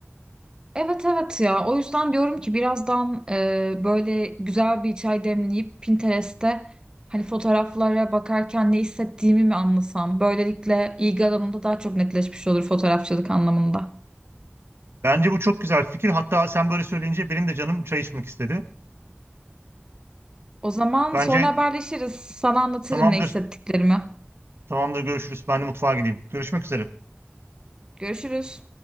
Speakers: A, on the right; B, on the right.
A: Evet evet ya o yüzden diyorum ki birazdan e, böyle güzel bir çay demleyip Pinterest'te hani fotoğraflara bakarken ne hissettiğimi mi anlasam. Böylelikle ilgi alanımda daha çok netleşmiş olur fotoğrafçılık anlamında.
B: Bence bu çok güzel fikir. Hatta sen böyle söyleyince benim de canım çay içmek istedi.
A: O zaman
B: Bence
A: sonra haberleşiriz. Sana anlatırım
B: tamamdır.
A: ne hissettiklerimi.
B: Tamamdır görüşürüz. Ben de mutfağa gideyim. Görüşmek üzere.
A: Görüşürüz.